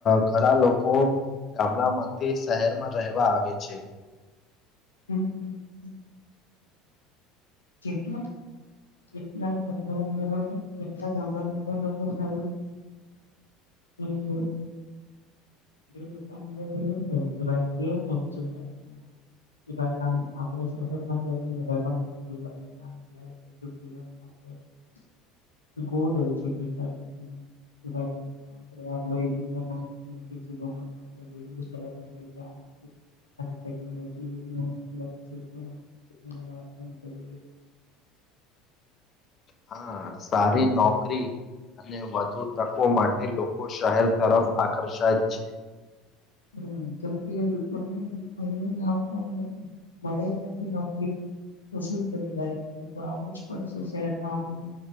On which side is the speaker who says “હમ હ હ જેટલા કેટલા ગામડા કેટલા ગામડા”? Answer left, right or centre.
Left